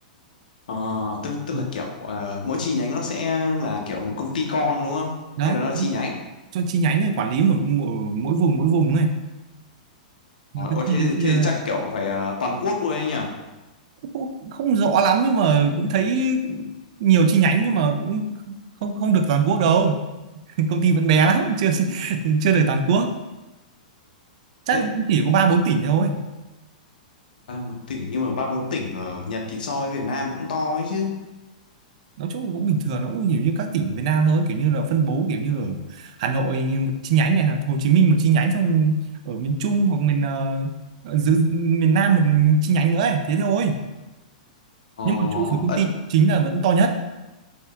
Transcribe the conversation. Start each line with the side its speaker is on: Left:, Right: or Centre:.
Left: Ờ, tức tức
Right: Ừ.
Left: là kiểu ờ, mỗi chi nhánh nó sẽ là kiểu một công ty con đúng không?
Right: đấy
Left: Hay đó là chi nhánh?
Right: cho chi nhánh này quản lý mỗi mỗi, mỗi vùng mỗi vùng này
Left: Ờ,
Right: nó cứ
Left: ôi,
Right: chia
Left: thế, thì-
Right: chia
Left: thế
Right: ra
Left: thì chắc kiểu phải ờ, toàn quốc luôn ấy nhỉ?
Right: không, không rõ lắm nhưng mà cũng thấy nhiều chi nhánh nhưng mà cũng không không được toàn quốc đâu <laughs> công ty vẫn bé lắm chưa chưa được toàn quốc chắc
Left: Thế
Right: nó cũng chỉ có ba bốn tỉnh thôi
Left: ba bốn tỉnh nhưng mà ba bốn tỉnh ở Nhật thì so với Việt Nam cũng to ấy chứ.
Right: nói chung cũng bình thường nó cũng kiểu như các tỉnh ở Việt Nam thôi kiểu như là phân bố kiểu như ở Hà Nội một chi nhánh này Hồ Chí Minh một chi nhánh xong ở miền Trung hoặc miền ờ, giữa miền Nam một chi nhánh nữa ấy. thế thôi
Left: Ờ,
Right: nhưng mà trụ sở công
Left: ất,
Right: ty chính là vẫn to nhất